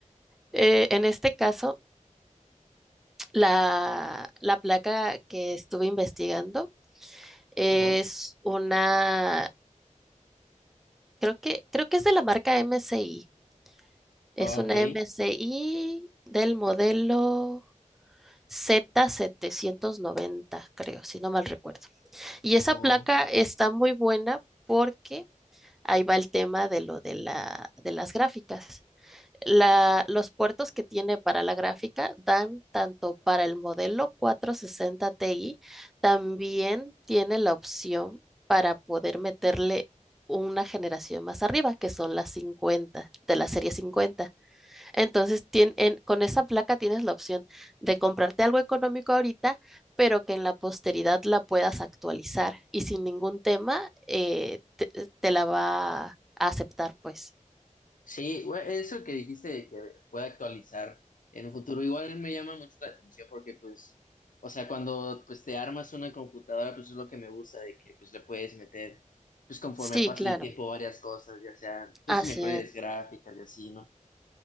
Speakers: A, in the centre; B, on the left.
A: eh, en este caso, La, la placa que estuve investigando es
B: Ajá.
A: una, creo que, creo que es de la marca MSI. Es
B: Ah, ok.
A: una MSI del modelo z setecientos noventa creo, si no mal recuerdo.
B: Oh.
A: Y esa placa está muy buena porque ahí va el tema de lo de la, de las gráficas. La- los puertos que tiene para la gráfica dan tanto para el modelo 460 Ti, también tiene la opción para poder meterle una generación más arriba, que son las 50, de la serie 50. Entonces, tien- en- con esa placa tienes la opción de comprarte algo económico ahorita, pero que en la posteridad la puedas actualizar y sin ningún tema eh, te te la va a aceptar, pues.
B: Sí, güey, eso que dijiste de que puede actualizar en un futuro, igual me llama mucho la atención porque pues, o sea, cuando pues te armas una computadora, pues es lo que me gusta de que pues le puedes meter, pues conforme
A: Sí,
B: pasa
A: claro.
B: el tiempo, varias cosas, ya sea pues
A: Así
B: mejores
A: es.
B: gráficas y así, ¿no?